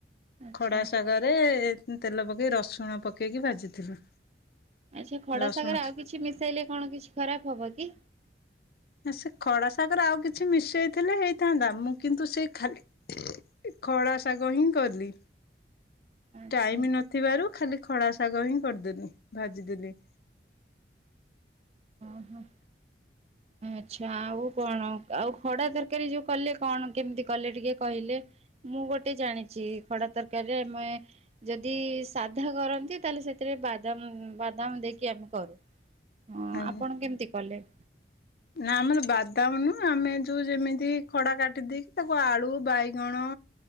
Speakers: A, on the right (about 35°); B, on the left (about 55°).
A: ଆଚ୍ଛା
B: ଖଡା ଶାଗରେ ତେଲ ପକେଇ ରସୁଣ ପକେଇକି ଭାଜିଥିଲି।
A: ଆଚ୍ଛା ଖଡା
B: ରସୁଣ
A: ସାଗରେ
B: ଛ
A: ଆଉ କିଛି ମିଶାଇଲେ କଣ କିଛି ଖରାପ ହବ କି?
B: ନା ସେ ଖଡା ଶାଗରେ ଆଉ କିଛି ମିସେଇଥିଲେ ହେଇଥାନ୍ତା ମୁଁ କିନ୍ତୁ ସେ ଖାଲି ଖଡ଼ା ଶାଗ ହିଁ କଲି।
A: ଆଚ୍ଛା
B: ଟାଇମ ନଥିବାରୁ ଖାଲି ଖଡ଼ା ଶାଗ ହିଁ କରିଦେଲି, ଭାଜିଦେଲି।
A: ହଁ ହଁ ଆଚଛା ଆଉ କଣ ଆଉ ଖଡା ତରକାରୀ ଯୋଉ କଲେ କଣ କେମିତି କଲେ ଟିକେ କହିଲେ? ମୁଁ ଗୋଟେ ଜାଣିଛି ଖଡା ତରକାରୀରେ ଆମେ ଯଦି ସାଧା କରନ୍ତି ତାହେଲେ ସେଥିରେ ବାଦାମ ବାଦାମ ଦେଇକି ଆମେ କରୁ। ହଁ
B: ଆଜ୍ଞା।
A: ଆପଣ କେମିତି କଲେ?
B: ନା ଆମର ବାଦାମ ନୁହଁ ଆମେ ଯୋଉ ଯେମିତି ଖଡା କାଟି ଦେଇେଇକି ତାକୁ ଆଳୁ ବାଇଗଣ